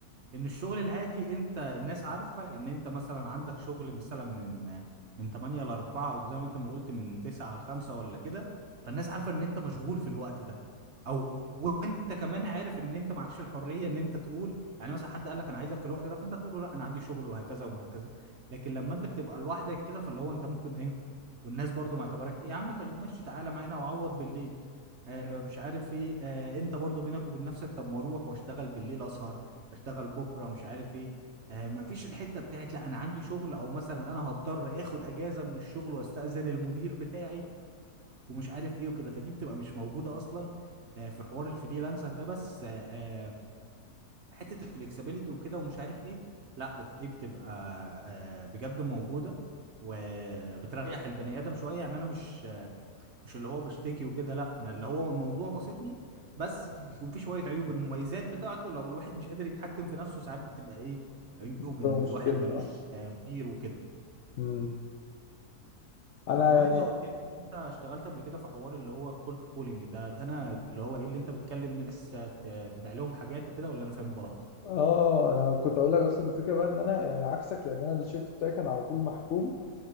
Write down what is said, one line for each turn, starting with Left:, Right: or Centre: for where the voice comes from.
Right: ان الشغل العادي انت الناس عارفه ان انت مثلا عندك شغل مثلا من من 8 ل 4 او زي ما انت ما قلت من 9 ل 5 ولا كده فالناس عارفه ان انت مشغول في الوقت ده او وانت كمان عارف ان انت ما عندكش الحريه ان انت تقول يعني مثلا حد قال لك انا عايزك في الوقت ده فانت تقول له لا انا عندي شغل وهكذا وهكذا لكن لما انت بتبقى لوحدك كده فاللي هو انت ممكن ايه والناس برضو معتبرك ايه يا عم طيب ماشي تعالى معانا وعوض بالليل آه، مش عارف ايه آه، انت برضو بينك وبين نفسك طب ما اروح واشتغل بالليل اسهر اشتغل بكره مش عارف ايه آه، مفيش الحته بتاعت لا انا عندي شغل او مثلا انا هضطر اخد اجازه من الشغل واستاذن المدير بتاعي ومش عارف ايه وكده فدي بتبقى مش موجوده اصلا آه، في حوار الفريلانسر ده بس آه، آه، حته الفلكسبيليتي وكده ومش عارف ايه لا دي بتبقى آه، بجد موجوده وبتريح البني ادم شويه يعني انا مش مش اللي هو بشتكي وكده لا انا اللي هو الموضوع بسيطني بس في- بيكون في شويه عيوب المميزات بتاعته لو الواحد مش قادر يتحكم في نفسه ساعات بتبقى ايه عيوب
Left: بتبقى
Right: ان
Left: مشكلة
Right: الواحد ملوش
Left: آه.
Right: آه، مدير وكده
Left: مم. انا
Right: وكمان
Left: يعني
Right: انت قلت لي ان انت اشتغلت قبل كده في حوار اللي هو الكولد كولينج ده ده انا اللي هو ايه اللي انت بتكلم ناس آه، ت- تبيع لهم حاجات وكده ولا انا فاهم غلط
Left: اه انا كنت اقول لك اصلا الفكره بقى ان انا يعني عكسك لان انا الشيفت بتاعي كان على طول محكوم